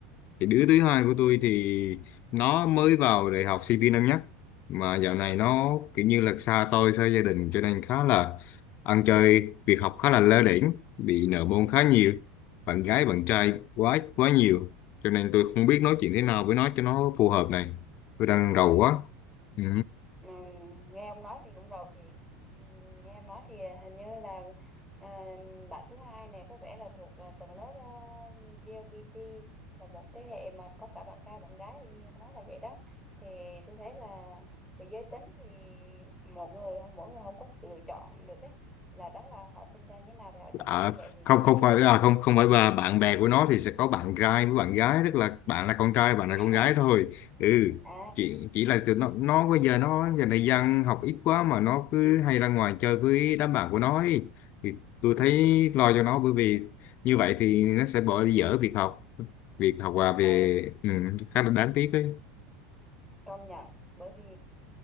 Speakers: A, on the left; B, in the centre.
A: Thì đứa thứ hai của tôi thì nó mới vào đại học sinh viên năm nhất mà dạo này nó
B: ừ.
A: kiểu như là xa tôi xa gia đình cho nên khá là ăn chơi việc học khá là lơ đễnh bị nợ môn khá nhiều bạn gái bạn trai quá quá nhiều cho nên tôi không biết nói chuyện thế nào với nó cho nó phù hợp này tôi đang rầu
B: Ừ.
A: quá ừ.
B: Ừ, nghe ông nói thì cũng rầu thiệt Ừ, nghe em nói thì à, hình như là à, bạn thứ hai này có vẻ là thuộc à, tầng lớp uh, LGBT là một thế hệ mà có cả bạn trai bạn gái thì như ông nói là vậy đó thì tôi thấy là về giới tính thì một người mỗi người không có sự lựa chọn được ấy là đó là họ sinh ra như thế nào thì họ chấp
A: À,
B: nhận như vậy thì
A: không không
B: hiểu
A: phải
B: được
A: à, không không phải bà bạn bè của nó thì sẽ có bạn trai với bạn gái tức là bạn là con trai bạn là
B: <laughs>
A: con gái thôi ừ
B: à
A: chỉ chỉ là tụi nó nó bây giờ nó giờ này dân học ít quá mà nó cứ hay ra ngoài chơi với đám bạn của nó ấy. thì tôi thấy lo cho nó bởi vì như vậy thì nó sẽ bỏ dở việc học việc học và về
B: ừ,
A: ừ, khá là đáng tiếc ấy
B: công nhận bởi vì